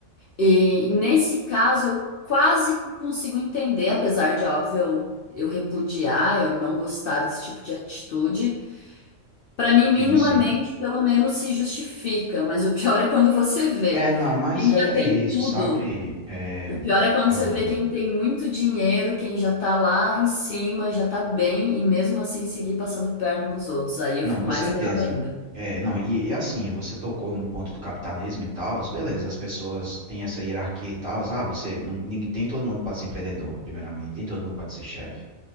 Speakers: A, on the left (about 70°); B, on the right (about 45°).
A: E nesse caso eu quase que consigo entender, apesar de óbvio eu, eu repudiar, eu não gostar desse tipo de atitude. Pra mim, minimamente,
B: Sim, sim.
A: pelo menos se justifica, mas o pior é quando você vê.
B: É, não, mas
A: Quem já
B: é, é
A: tem
B: isso,
A: tudo,
B: sabe, é,
A: o pior é quando
B: Alana?
A: você vê quem tem muito dinheiro, quem já tá lá em cima, já tá bem, e mesmo assim seguir passando perna nos outros. Aí eu
B: Não,
A: fico
B: com
A: mais
B: certeza.
A: braba ainda.
B: É, não, e, e assim, você tocou no ponto do capitalismo e tal, beleza, as pessoas têm essa hierarquia e tal, ah, você, não, ninguém, tem todo mundo pode ser empreendedor, primeiramente, tem todo mundo pode ser chefe,